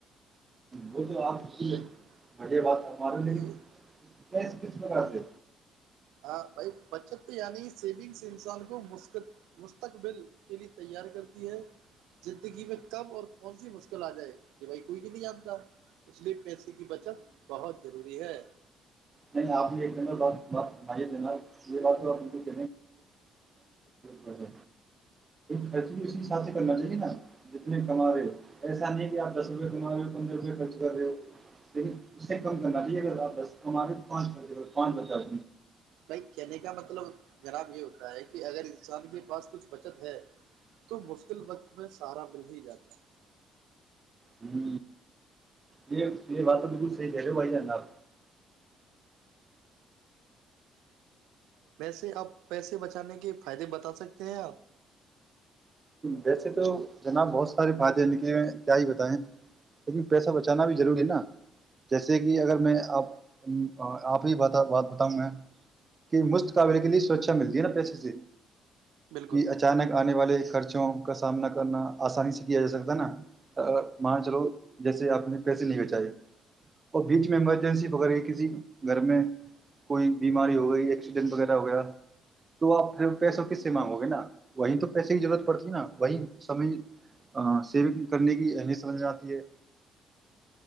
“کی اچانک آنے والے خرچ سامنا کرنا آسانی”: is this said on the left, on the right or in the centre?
Right